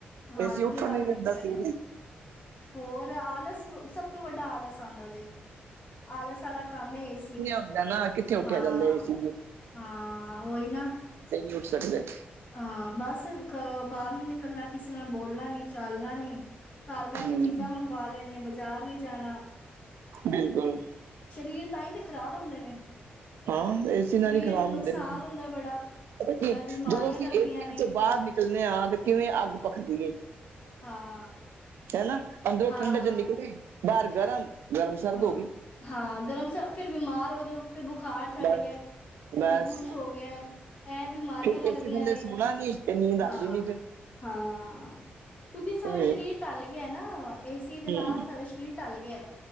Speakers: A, on the left; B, on the right.
A: ਹਾਲ
B: ਏਸੀ
A: ਹੀ
B: ਉੱਠਣ
A: ਬੇਹਾਲ
B: ਨੀ ਦਿੰਦਾ
A: ਕੀਤੇ ਹੋਏ
B: ਸੀ
A: ਨੇ। ਹੋਰ ਆਲਸ ਸਭ ਤੋਂ ਵੱਡਾ ਆਲਸ ਆਉਂਦਾ ਜੇ। ਆਲਸ ਆਲਾ ਕੰਮ ਏ ਏਸੀ।
B: ਹੁੰਦੈ ਨਾ ਕਿੱਥੇ ਉੱਠਿਆ
A: ਹਾਂ-ਹਾਂ
B: ਜਾਂਦਾ ਏਸੀ ਦੇ
A: ਓਈ ਨਾ
B: ਨਈ ਉੱਠ ਸਕਦੇ।
A: ਹਾਂ ਬਸ ਘਰੋਂ ਬਾਰ ਨੀ ਨਿਕਲਣਾ ਕਿਸੇ ਨਾਲ ਬੋਲਣਾ ਨੀ, ਚਾਲਣਾ ਨੀ। ਘਰ ਬੈਠੇ
B: ਹਮ
A: ਚੀਜ਼ਾਂ ਮੰਗਵਾ ਲੈਣੀਆਂ ਬਜ਼ਾਰ ਨੀ ਜਾਣਾ।
B: ਬਿਲਕੁੱਲ।
A: ਸਰੀਰ ਤਾਂਈ ਤੇ ਖ਼ਰਾਬ ਹੁੰਦੇ ਨੇ।
B: ਹਾਂ ਏਸੀ ਨਾਲ
A: ਸਰੀਰ
B: ਈ ਖਰਾਬ
A: ਨੂੰ ਨੁਕਸਾਨ
B: ਹੁੰਦੇ ਨੇ
A: ਹੁੰਦਾ ਬੜਾ
B: ਕੀ
A: ਨਾਲ ਬਿਮਾਰੀਆਂ
B: ਜਦੋਂ ਅਸੀਂ
A: ਲੱਗਦੀਆਂ
B: ਏਸੀ
A: ਨੇ
B: ਵਿੱਚੋ ਬਾਰ ਨਿਕ ਕਲੇ ਆ ਤੇ ਕਿਵੇਂ ਅੱਗ ਪਖਦੀ ਏ
A: ਹਾਂ।
B: ਹਨਾ ਅੰਦਰੋਂ
A: ਹਾਂ
B: ਠੰਡੇ ਚ ਨਿਕਲੇ ਬਾਰ ਗਰਮ-ਗਰਮ ਸਰਦ
A: ਹਾਂ।
B: ਹੋਗੀ।
A: ਹਾਂ ਗਰਮ ਸ ਫਿਰ ਬਿਮਾਰ ਹੋਜੋ ਫਿਰ ਬੁਖਾਰ ਚੜ੍ਹ
B: ਬਸ
A: ਗਿਐ।
B: ਬਸ
A: ਹਜੇ ਕੁੱਛ ਹੋ ਗਿਐ ਐ ਬਿਮਾਰੀਆਂ
B: ਫਿਰ
A: ਲੱਗਦੀਆਂ
B: ਏਸੀ ਥੱਲੇ
A: ਨੇ
B: ਸੋਣਾ ਨੀ ਤੇ ਨੀਂਦ ਆਂਦੀ
A: ਹਾਂ।
B: ਨੀ ਫਿਰ
A: ਹਾਂ ਕਿਉੰਕੀ ਸਾਡਾ
B: ਇਹ
A: ਸਰੀਰ ਟਲ ਗਿਆ ਨਾ ਏਸੀ
B: ਹੂੰ
A: ਦੇ ਨਾਲ ਸਾਡਾ ਸਰੀਰ ਟਲ ਗਿਐ।